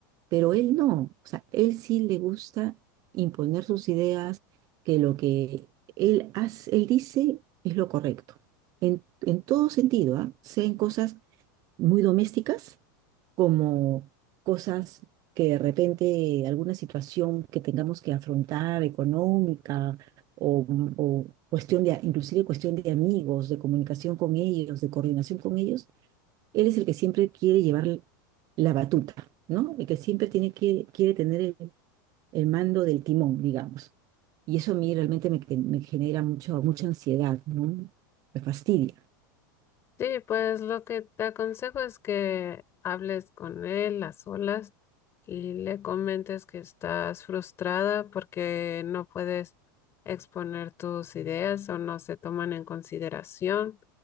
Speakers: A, on the right (about 35°); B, on the left (about 25°).
A: pero él no, o sea, él sí le gusta imponer sus ideas, que lo que él hace, él dice es lo correcto, en, en todo sentido, ¿ah? Sea en cosas muy domésticas como cosas que de repente alguna situación que tengamos que afrontar económica o, o cuestión de, inclusive cuestión de amigos, de comunicación con ellos, de coordinación con ellos, él es el que siempre quiere llevar la batuta, ¿no? El que siempre tiene que, quiere tener el, el mando del timón, digamos. Y eso a mí realmente me, me genera mucho, mucha ansiedad, ¿no? Me fastidia.
B: Sí, pues lo que te aconsejo es que hables con él a solas y le comentes que estás frustrada porque no puedes exponer tus ideas o no se toman en consideración